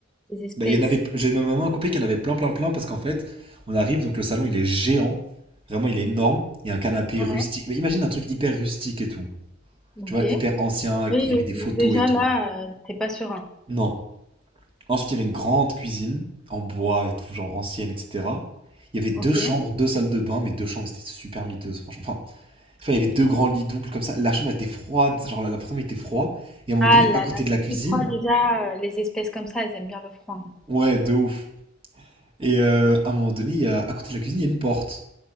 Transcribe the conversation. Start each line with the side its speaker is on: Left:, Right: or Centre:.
Centre: ces espèces.
Right: Bah, il y en avait, j'ai ma maman a coupé qu'il y en avait plein, plein, plein, parce qu'en fait, on arrive, donc le salon il est géant, vraiment il est énorme, il y a un canapé
Centre: Ouais,
Right: rustique. Mais imagine un truc hyper rustique et tout,
Centre: ok.
Right: tu vois, hyper ancien, avec
Centre: Oui,
Right: des- il y avait des photos
Centre: déjà
Right: et tout.
Centre: là, euh, t'es pas serein.
Right: Non. Ensuite, il y avait une grande cuisine en bois et tout, genre ancienne, etc. Il y avait deux
Centre: Ok.
Right: chambres, deux salles de bain, mais deux chambres, c'était super miteuse, franchement. Enfin, enfin, il y avait deux grands lits doubles comme ça. La chambre elle était froide, genre la- l'appartement était froid. Et à un moment
Centre: Ah
Right: donné,
Centre: là
Right: à côté
Centre: là,
Right: de la
Centre: c'est
Right: cuisine,
Centre: qu'il froid déjà, euh, les espèces comme ça, elles aiment bien le froid. hein.
Right: ouais, de ouf. Et euh, à un moment donné, il y a- à côté de la cuisine, il y a une porte.